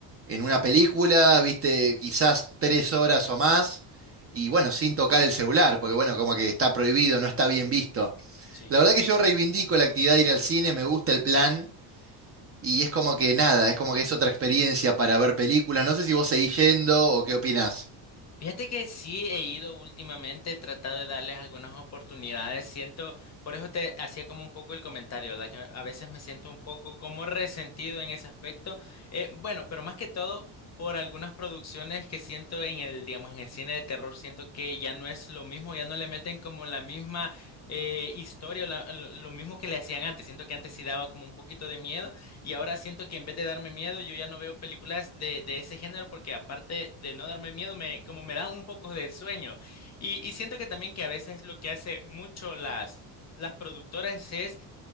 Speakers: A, on the right; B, on the left.
A: en una película, viste quizás tres horas o más, y bueno, sin tocar el celular, porque bueno, como que está prohibido, no está bien visto.
B: Sí.
A: La verdad que yo reivindico la actividad de ir al cine, me gusta el plan, y es como que nada, es como que es otra experiencia para ver películas. No sé si vos seguís yendo o qué opinás.
B: Fíjate que sí he ido últimamente, he tratado de darles algunas oportunidades. Siento, por eso te hacía como un poco el comentario, ¿verdad? Que a veces me siento un poco como resentido en ese aspecto. Eh, bueno, pero más que todo por algunas producciones que siento en el, digamos, en el cine de terror, siento que ya no es lo mismo, ya no le meten como la misma eh, historia, o la- lo lo mismo que le hacían antes. Siento que antes sí daba como un poquito de miedo. Y ahora siento que en vez de darme miedo, yo ya no veo películas de, de ese género porque aparte de no darme miedo, me, como me dan un poco de sueño. Y, y siento que también que a veces lo que hace mucho las, las productoras es